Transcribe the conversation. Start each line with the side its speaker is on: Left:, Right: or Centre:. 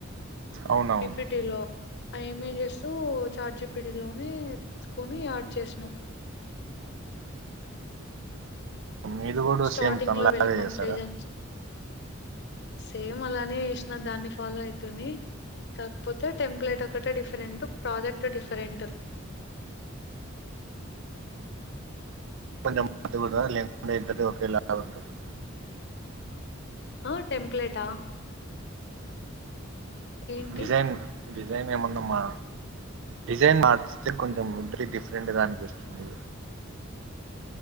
Right: అవునవును
Left: పీపీటిలో అ ఇమెయిల్ చేస్తూ చార్జిపిడిలోనే తీసుకొని ఆ చేసినం
Right: మీది కూడా
Left: స్టార్టింగ్
Right: సేమ్ తనలాగే
Left: లో వెల్కమ్
Right: చేస్తారా
Left: పేజ్ అంత సేమ్ అలానే చేసిన దాన్ని ఫాలో అయితుని కాకపోతే టెంప్లట్ ఒకటే డిఫరెంట్ ప్రాజెక్ట్ డిఫరెంట్
Right: కొంచెం లేదా ఇద్దరిదీ ఒకేలా ఉంటుందా
Left: హా టెంప్లేట్ ఆ ఏంటి
Right: డిజైన్ డిజైన్ ఏమన్నా మా డిజైన్ మారుస్తే కొంచెం ఇద్దరి డిఫరెంట్ గా అనిపిస్తుంది